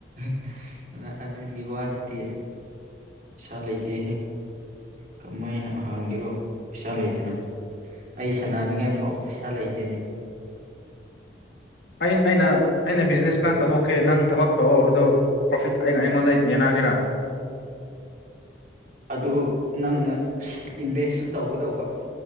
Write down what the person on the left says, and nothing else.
ꯑꯩꯅ ꯑꯩꯅ ꯕꯤꯖꯤꯅꯦꯁ ꯀ꯭ꯂꯥꯟ ꯇꯧꯊꯣꯛꯀꯦ ꯅꯪ ꯊꯕꯛ ꯇꯧꯑꯣ ꯑꯗꯨ ꯄ꯭ꯔꯣꯐꯤꯠ ꯑꯩ ꯑꯩꯉꯣꯟꯗ ꯌꯦꯟꯅꯒꯦꯔꯥ <inaudible>